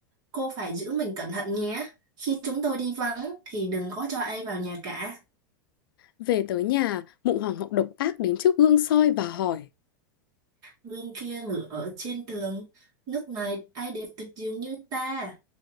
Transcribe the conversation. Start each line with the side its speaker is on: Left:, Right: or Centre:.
Right: Cô phải giữ mình cẩn thận nhé. Khi chúng tôi đi vắng thì đừng có cho ai vào nhà cả.
Left: về tới nhà, mụ hoàng hậu độc ác đến trước gương soi và hỏi.
Right: Gương kia ngửa ở trên tường, nước này ai đẹp tuyệt diệu như ta.